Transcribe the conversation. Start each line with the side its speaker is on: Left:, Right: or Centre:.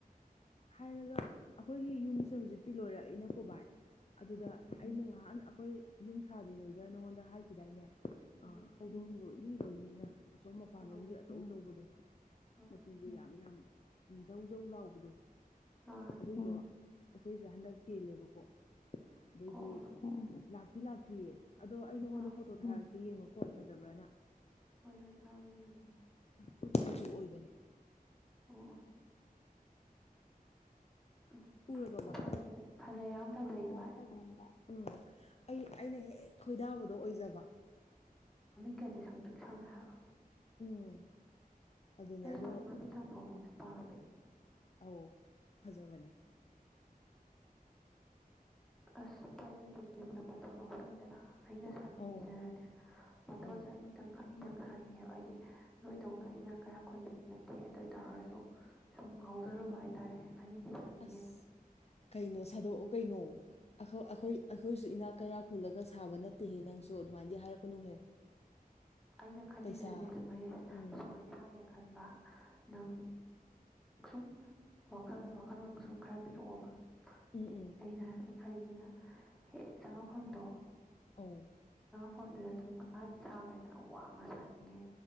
Left: ꯍꯥꯏꯔꯒ ꯑꯩꯈꯣꯏꯒꯤ ꯌꯨꯝꯁꯦ ꯍꯧꯖꯤꯛꯇꯤ ꯂꯣꯏꯔꯛꯏꯅꯀꯣ ꯚꯏ ꯑꯗꯨꯗ
Centre: ꯑꯥ
Left: ꯑꯩꯅ ꯉꯍꯥꯟ ꯑꯩꯈꯣꯏ ꯌꯨꯝ ꯁꯥꯗ꯭ꯔꯤꯉꯩꯗ ꯅꯪꯉꯣꯟꯗ ꯍꯥꯏꯈꯤꯗꯥꯏꯅꯦ
Centre: ꯎꯝ
Left: ꯑ ꯍꯧꯗꯣꯡꯕꯨ ꯑꯁꯣꯝ ꯃꯄꯥꯟꯂꯣꯝꯒꯤ
Centre: ꯍꯣꯏ
Left: ꯑꯆꯧ ꯑꯆꯧꯕꯗꯣ
Centre: ꯍꯣꯏ
Left: ꯃꯇꯨꯒ ꯌꯥꯝ ꯌꯥꯝ ꯏ ꯖꯧ ꯖꯧ ꯂꯥꯎꯕ
Centre: ꯑꯥ
Left: ꯑꯗꯨꯏꯗꯣ ꯑꯩꯈꯣꯏꯁꯦ ꯍꯟꯗꯛ ꯆꯦꯜꯂꯦꯕꯀꯣ ꯑꯗꯨꯏꯗꯤ
Centre: ꯑꯣ ꯑꯣ
Left: ꯂꯥꯛꯇꯤ ꯂꯥꯛꯇ꯭ꯔꯤꯌꯦ ꯑꯗꯣ ꯑꯩ ꯅꯉꯣꯟꯗ
Centre: ꯑꯥ
Left: ꯐꯣꯇꯣ ꯊꯥꯔꯛꯒꯦ ꯌꯦꯡꯉꯣꯀꯣ ꯐꯖꯕ꯭ꯔꯅ
Centre: ꯍꯣꯏ ꯍꯣꯏ ꯊꯥꯎꯑꯣ ꯌꯦꯡꯒꯤꯦ
Left: ꯈꯨꯠ ꯃꯆꯨ ꯑꯣꯏꯕꯅꯤ
Centre: ꯑꯣ ꯎꯝ
Left: ꯎꯔꯕ ꯚꯥꯏ
Centre: ꯐꯖꯩꯌꯦ ꯐꯖꯩ ꯌꯥꯝ ꯐꯖꯩꯌꯦ
Left: ꯐꯖꯩ
Centre: ꯚꯥꯏ
Left: ꯌꯥꯝ ꯐꯖꯩꯌꯦ ꯚꯥꯏ ꯎꯝ ꯑꯩ ꯑꯩꯅ ꯍꯦꯛ ꯈꯣꯏꯗꯥꯕꯗꯣ ꯑꯣꯏꯖꯕ
Centre: ꯀꯁꯦ ꯁꯪꯇ ꯁꯪꯉꯦ ꯍꯥꯏꯕ
Left: ꯎꯝ ꯑꯗꯨꯅꯦ
Centre: ꯑꯩ
Left: ꯑꯗꯣ
Centre: ꯁꯨꯋꯥꯥꯏ ꯃꯃꯤꯠ ꯁꯪ ꯐꯧꯗꯣꯡꯁꯨ ꯄꯥꯝꯃꯦ
Left: ꯑꯧ ꯐꯖꯕꯅꯦ
Centre: ꯑꯁ ꯚꯥꯏ ꯅꯣꯏꯗꯤ ꯌꯨꯝꯗ ꯃꯇꯊꯣꯟꯅꯍꯤꯅꯤꯗꯅ ꯑꯩꯅ ꯁꯥꯅꯤꯡꯉꯁꯤꯅꯅꯦ
Left: ꯑꯧ
Centre: ꯃꯊꯣꯟꯁꯦ
Left: ꯎꯝ
Centre: ꯑꯅꯤꯗꯪ ꯑꯅꯤꯗꯪ ꯊꯥꯅꯤꯡꯉꯦꯕ ꯍꯥꯏꯗꯤ ꯅꯣꯏꯗꯧꯅ ꯏꯅꯥꯛ ꯀꯌꯥ ꯈꯨꯟꯕꯗꯤ ꯅꯠꯇꯦ ꯑꯗꯨ ꯑꯣꯏꯇꯥꯔꯁꯨ ꯁꯨꯝ ꯉꯥꯎꯖꯔꯨꯕ ꯔꯦ ꯑꯅꯤꯡꯉ
Left: ꯑꯁ ꯀꯩꯅꯣ ꯁꯥꯗꯣꯛꯑꯣ ꯀꯩꯅꯣ ꯑꯩꯈꯣꯏ ꯑꯩꯈꯣꯏꯁꯨ ꯏꯅꯥꯛ ꯀꯩꯔꯥꯛ ꯈꯨꯜꯂꯒ ꯁꯥꯕ ꯅꯠꯇꯦꯍꯦ ꯅꯪꯁꯨ ꯑꯗꯨꯃꯥꯏꯅꯗꯤ ꯍꯥꯏꯔꯛꯀꯅꯨꯍꯦ
Centre: ꯑꯩꯅ ꯈꯜꯂꯤꯁꯤꯅꯅꯦ
Left: ꯄꯩꯁꯥ
Centre: ꯁꯨꯃꯥꯏ
Left: ꯎꯝ
Centre: ꯁꯨꯃꯥꯏꯅ ꯁ ꯈꯟꯕ ꯅꯪ ꯁꯨꯝ ꯋꯥꯈꯜ ꯋꯥꯈꯜꯂꯣꯟ ꯁꯨꯝ ꯈꯔ ꯄꯤꯔꯛꯑꯣꯕ
Left: ꯎꯝ
Centre: ꯍꯥꯏꯗꯤ
Left: ꯎꯝ
Centre: ꯑꯩꯅ ꯑꯩꯅ ꯈꯜꯂꯤꯁꯤꯅ ꯍꯦꯛ ꯆꯪꯉꯛꯐꯝꯗꯣ
Left: ꯎꯝ
Centre: ꯐꯣꯟꯗꯨꯗ ꯊꯣꯡꯒꯥꯟ ꯁꯥꯡꯉꯦ ꯀꯅ ꯋꯥꯡꯅ ꯁꯥꯅꯤꯡꯉꯦ